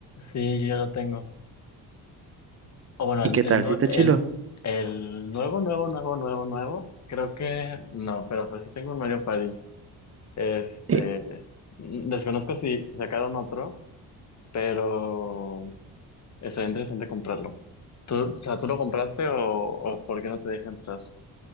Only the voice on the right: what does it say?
¿Y
qué
tal?
¿Sí está
chilo?
Eh,